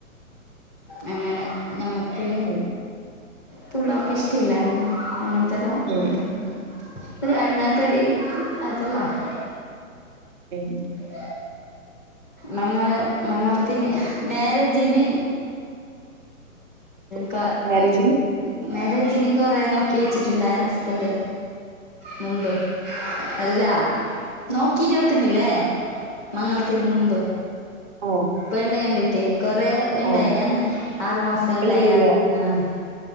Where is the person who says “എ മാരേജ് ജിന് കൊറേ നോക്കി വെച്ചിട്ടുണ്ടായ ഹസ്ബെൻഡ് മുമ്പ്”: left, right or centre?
Centre